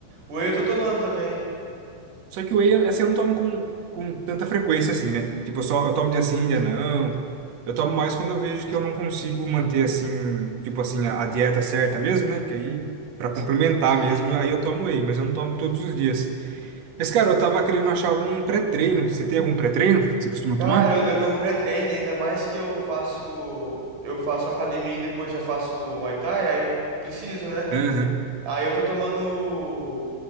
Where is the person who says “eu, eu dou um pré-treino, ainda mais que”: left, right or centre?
Right